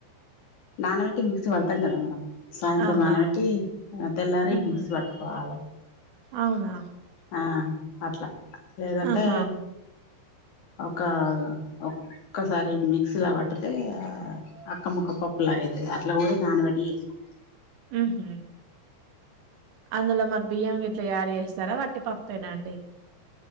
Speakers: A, on the left (about 50°); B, on the right (about 75°).
A: నానబెట్టి మిక్సీ పడతాం కదా మనం సాయంత్రం
B: ఆహా!
A: నాన పెట్టి తెల్లారి
B: హుహు.
A: మిక్సి పట్టుకోవాలే
B: అవునా
A: ఆ అట్ల లేదంటే
B: ఆహా!
A: ఒకా ఒక్క సారి మి క్సి లా పడితే అక్క ముక్క పప్పు లాగైతే అట్లా కూడా నానబట్టి చేసుకో
B: ఉహూ అందులో మరి బియ్యం గిట్లా యాడ్ చేస్తారా వట్టి పప్పేనా అండి